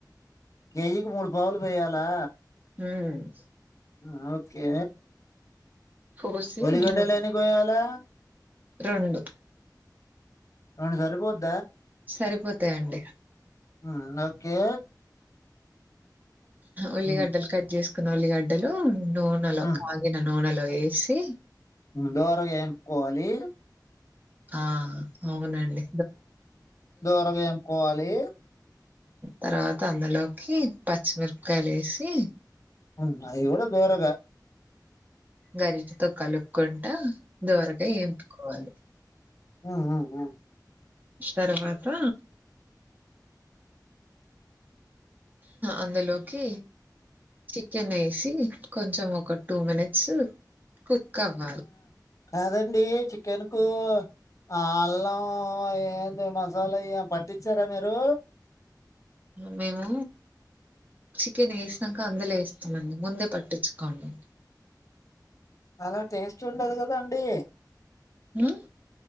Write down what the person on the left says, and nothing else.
కేజీకి మూడు పావులు పోయాలా
ఉమ్ ఓకే
ఉలిగడ్డలున్న
పోయాలా
రెండు సరిపోదా
ఉమ్ ఓకే
ఉమ్,
ఉమ్,
దోరగా ఎంపుకోవాలి
దోరగా ఏంపుకోవాలి
ఉమ్ అది కూడా దోరగా
ఆ ఆ ఆ
కాదండి. చికెన్ కు ఆ అల్లం ఏంటి మసాలా ఇ పట్టించారా మీరు
అలా తెే రుచి ఉండదు కదాండి.